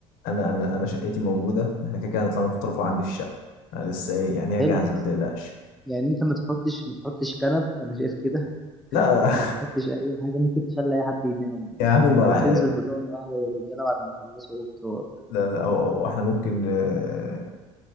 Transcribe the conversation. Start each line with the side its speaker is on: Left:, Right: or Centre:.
Left: انا انا انا شقتي موجودة احنا كده كده هنطلع نفطروا عندي في الشقة أنا لسه ايه يعني
Centre: حلو
Left: هي جاهزة ما تقلقش
Centre: يعني انت ما تحطش ما تحطش كنب انا شايف كده
Left: لا
Centre: ما تحطش اي حاجه ممكن تخلي اي حد ينام
Left: <laughs> يا عم ما
Centre: او تنزل بطون قهوه للرجاله بعد ما يخلصوا فطار
Left: لا لا هو هو احنا ممكن آه،